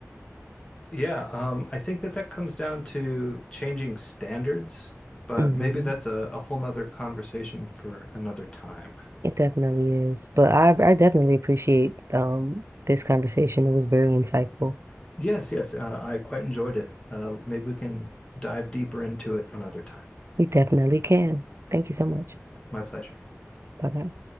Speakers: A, on the left; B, on the right.
A: Yeah, um, I think that that comes down to changing standards, but
B: Mhm.
A: maybe that's a, a whole nother conversation for another time.
B: It definitely is. But I I definitely appreciate um this conversation. It was very insightful.
A: Yes, yes, uh, I quite enjoyed it. Uh, maybe we can dive deeper into it another time.
B: We definitely can. Thank you so much.
A: My pleasure.
B: Bye bye.